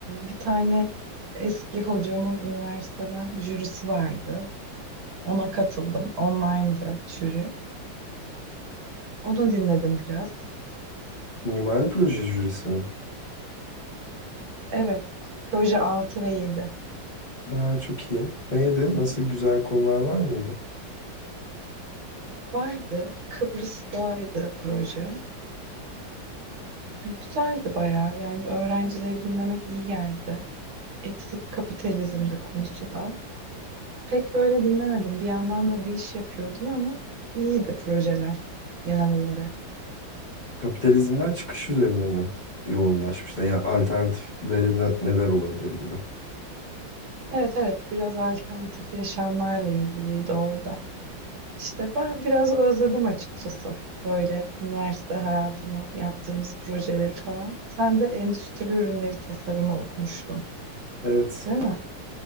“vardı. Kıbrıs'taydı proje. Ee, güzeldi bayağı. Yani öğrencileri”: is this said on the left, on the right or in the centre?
Right